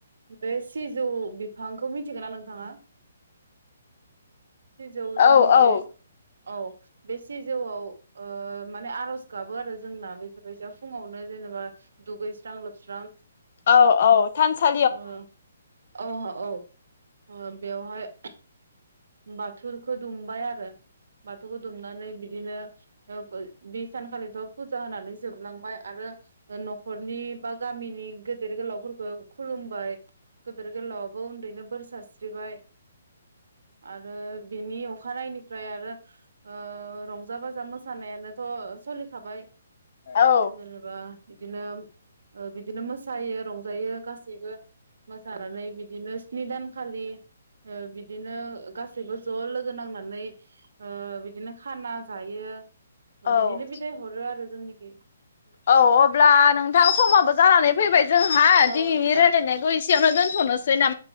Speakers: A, on the right (about 75°); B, on the left (about 55°).
A: बे सिजौ बिफांखौ मिथिगौना नोंथाङा? सिजौ
B: औ
A: जोंनि जे औ बे सिजौआव ओ माने आरज गाबो आरो जोंना बेफोरबायदिया फुङावनो जेनेबा दुगैस्रां लोबस्रां
B: औ औ थानसा
A: अह ओह औ ओ बेवहाय बाथुरखो दुमबाय आरो बाथौखौ दुमनानै बिदिनो ओ बि सानखालिथ फुजा होनानै जोबलांबाय आरो नखरनि बा गामिनि गेदेर गोलावफोरखो खुलुमबाय गेदेर गोलावआवबो उन्दैनो बोर सारस्रिबाय आरो बिनि अखानायनिफ्राय आरो ओ रंजा बाजा मोसानायानोथ' सलि खाबाय
B: औ
A: जेनेबा बिदिनो ओ बिदिनो मोसायो रंजायो गासैबो मोसानानै बिदिनो स्नि दानखालि ओ बिदि नो गासैबो ज‌ लोगो नांना नै ओ बिदिनो खाना जायो। बिदिनो
B: औ
A: बिदाय हरो आरो जोंनि <unintelligible>
B: औ अब्ला नोंथां समाबो जानानै फैबाय जोंहा
A: औ
B: दिनैनि
A: नोंथां
B: रायलायनायखौ एसेयावनो दोनथनोसै ना